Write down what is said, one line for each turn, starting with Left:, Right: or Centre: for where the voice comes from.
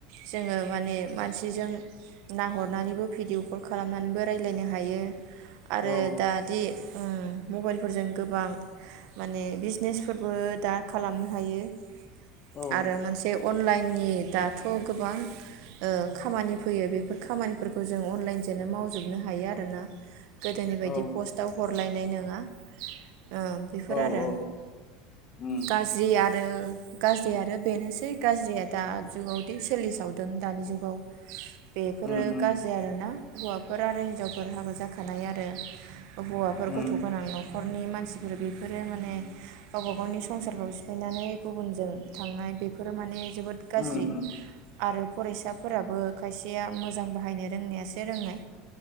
Right: जोङो माने मानसिजों नाहरनानैबो भिडिअ कल खालामनानैबो रायलायनो हायो आरो
Left: औ
Right: दा दि ओ मबाइलफोरजों गोबां माने बिजनेसफोरबो दा खालामनो हायो
Left: औ
Right: आरो मोनसे अनलाइननि दाथ' गोबां ओ खामानि फैयो बेफोर खामानिफोरखौ जों अनलाइनजोंनो मावजोबनो हायो आरोना। गोदोनि बायदि
Left: औ
Right: पस्टाव हरलायनायनो <unintelligible> ओ बेफोर
Left: औ
Right: आरो।
Left: औ उम
Right: गाज्रिया ओ आरो गाज्रि आरो बेनोसै गाज्रिया दा जुगावदि सोलिसावदों दानि जुगाव। बेफोरो
Left: उम उम
Right: गाज्रि आरोना हौवाफोर आरो हिनजाव फोर हाबा जाखानाय आरो हौवाफोर
Left: उम
Right: गथ' गोनां न'खरनि मानसि बेफोरो माने गावबा गावनि संसारखौ सिफायनानै गुबुनजों थांनाय बेफोरो माने जोबोद गाज्रि
Left: उम उम
Right: आरो फरायसाफोराबो खायसेया मोजां बाहायनो रोंनायासो रोंनाय।